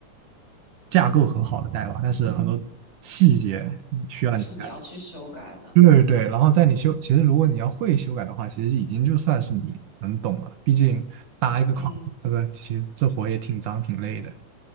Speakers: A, on the right; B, on the left.
A: 架构很好的代码，但是很多细节需要你改。
B: 还是你要去修改的。
A: 对对对然后在你修，其实如果你要会修改的话，其实已经就算是你能懂了。毕竟搭一个框，
B: 嗯。
A: 这个其实这活也挺脏挺累的。